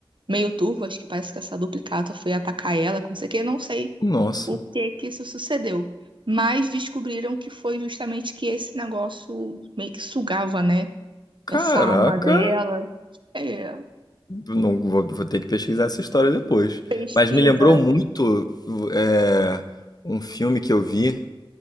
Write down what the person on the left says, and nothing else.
Nossa.
Caraca,
não vou, vou ter que pesquisar essa história depois.
Mas me lembrou muito é, um filme que eu vi.